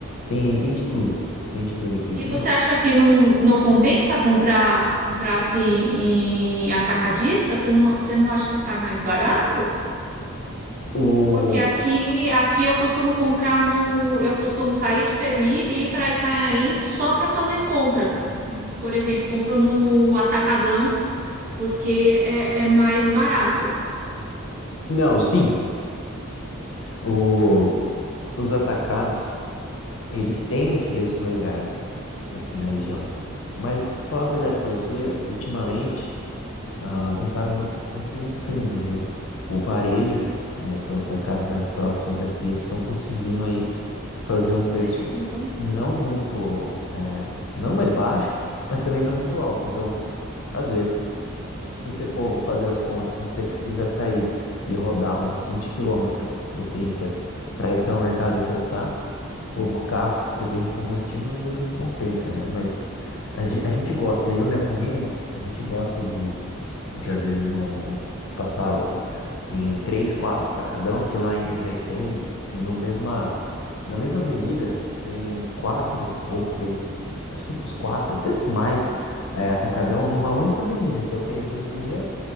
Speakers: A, on the left; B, on the right.
A: tem, tem de tudo. Tem de tudo aqui.
B: E
A: Por
B: você
A: exemplo,
B: acha que não, não compensa comprar comprar assim em atacadista? Você não, você não acha que sai mais barato?
A: O...
B: Porque aqui aqui eu costumo comprar no eu costumo sair de Peruíbe e ir para Itanhaém só para fazer compra. Por exemplo, compro no Atacadão porque é, é mais barato.
A: Não, sim. O... Os atacados, eles têm uns preços legais aqui na região. Mas, pra falar a verdade pra você, ultimamente, ah, não tá muito compensando, viu? O varejo, né, que é os mercados mais próximos aqui, eles estão conseguindo aí fazer um preço
B: É, que bom.
A: não muito, é, não mais baixo, mas também não muito alto. Então, às vezes, se você for fazer as contas, se você precisa sair e rodar uns 20 quilômetros ou 30 para ir até o mercado e voltar, o gasto que você tem com combustível às vezes não compensa, né? Mas a, ge- a gente gosta, né? Eu e minha família, a gente gosta de de às vezes no, passar em três, quatro tacadão, porque lá em Jundiaí tem, e no mesma, na mesma avenida tem quatro ou três, acho que os quatro, até mais, é, atacadão
B: Sim.
A: numa única avenida. Então você entra no primeiro,